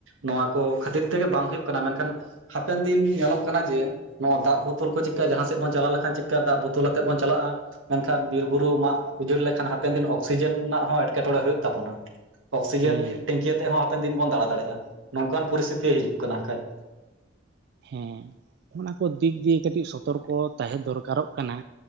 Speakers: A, on the right; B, on the right.
A: ᱱᱚᱣᱟ ᱠᱚ ᱠᱷᱟᱹᱛᱤᱨ ᱛᱮᱜᱮ ᱵᱟᱝ ᱦᱩᱭᱩᱜ ᱠᱟᱱᱟ ᱢᱮᱱᱠᱷᱟᱱ ᱦᱟᱯᱮᱱ ᱫᱤᱱ ᱧᱮᱞᱚᱜ ᱠᱟᱱᱟ ᱡᱮ, ᱱᱚᱣᱟ ᱫᱟᱜ ᱵᱳᱛᱳᱞ ᱠᱚ ᱪᱤᱜᱠᱟ ᱡᱟᱦᱟᱸ ᱥᱮᱜ ᱵᱚᱱ ᱪᱟᱞᱟᱣ ᱞᱮᱠᱷᱟᱱ ᱪᱤᱜᱠᱟ ᱫᱟᱜ ᱵᱳᱛᱳᱞ ᱟᱛᱮᱜ ᱵᱚᱱ ᱪᱟᱞᱟᱜᱼᱟ᱾ ᱢᱮᱱᱠᱷᱟᱱ ᱵᱤᱨᱼᱵᱩᱨᱩ ᱢᱟᱜ ᱩᱡᱟᱹᱲ ᱞᱮᱠᱷᱟᱱ ᱦᱟᱯᱮᱱ ᱫᱤᱱ ᱚᱠᱥᱤᱡᱮᱱ ᱮᱱᱟᱜ ᱦᱚᱸ ᱮᱴᱠᱮᱼᱴᱚᱬᱮ ᱦᱩᱭᱩᱜ ᱛᱟᱵᱚᱱᱟ᱾ ᱚᱠᱥᱤᱡᱮᱱ
B: ᱦᱮᱸ
A: ᱴᱮᱝᱠᱤᱭᱟᱛᱮᱜ ᱦᱚᱸ ᱦᱟᱯᱮᱱ ᱫᱤᱱ ᱵᱚᱱ ᱫᱟᱬᱟ ᱫᱟᱲᱮᱭᱟᱜᱼᱟ, ᱱᱚᱝᱠᱟᱱ ᱯᱚᱨᱤᱥᱛᱤᱛᱤ ᱦᱤᱡᱩᱜ ᱠᱟᱱᱟ ᱠᱷᱟᱡ᱾
B: ᱦᱮᱸ, ᱚᱱᱟ ᱠᱚ ᱫᱤᱠ ᱫᱤᱭᱮ ᱠᱟᱹᱴᱤᱡ ᱥᱚᱛᱚᱨᱠᱚ ᱛᱟᱦᱮᱸ ᱫᱚᱨᱠᱟᱨᱚᱜ ᱠᱟᱱᱟ᱾